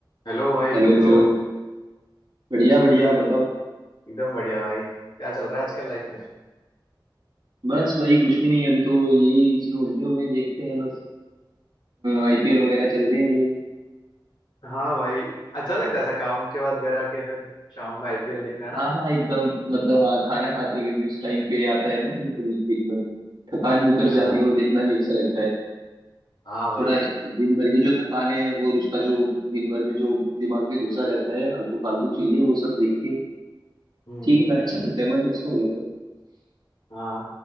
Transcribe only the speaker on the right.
Hello
bro
बढ़िया बढ़िया आप बताओ
बस वही कुछ भी नहीं अभी तो यही इसमें उलझे हुए हैं देखते हैं बस आईपीएल वगैरह चल रहे हैं जो
हाँ हाँ एकदम मतलब हाँ खाना खाते हुए भी उस टाइम पे आता है ना बिल्कुल एकदम थकान भी उतर
जाती है और देखना भी अच्छा लगता है
थोड़ा दिन भर की जो थकान है और उसका जो दिन भर में जो दिमाग में घुसा रहता है फालतू फालतू चीजें वो सब देख के
ठीक ल- अच्छा लगता है मन अच्छा हो जाता है